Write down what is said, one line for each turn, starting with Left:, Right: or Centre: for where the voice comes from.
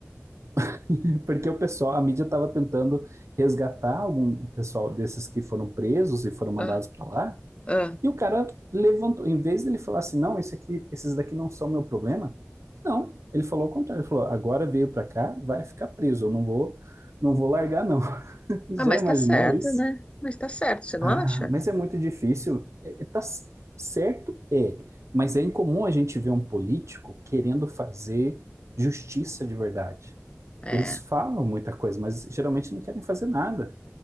Right: <laughs> Porque o pessoal, a mídia estava tentando resgatar algum pessoal desses que foram presos e foram mandados
Left: Ah,
Right: para lá.
Left: ah.
Right: E o cara levantou, em vez dele falar assim: não, esse aqui, esses daqui não são meu problema. Não, ele falou o contrário. Ele falou: agora veio para cá, vai ficar preso. Eu não vou, não vou largar, não. <laughs> Já
Left: Ah, mas
Right: imaginou
Left: tá certo,
Right: isso?
Left: né? Mas tá certo, você não
Right: Ah,
Left: acha?
Right: mas é muito difícil. É, é, tá c- certo, é. Mas é incomum a gente ver um político querendo fazer justiça de verdade.
Left: É,
Right: Eles falam muita coisa, mas geralmente não querem fazer nada.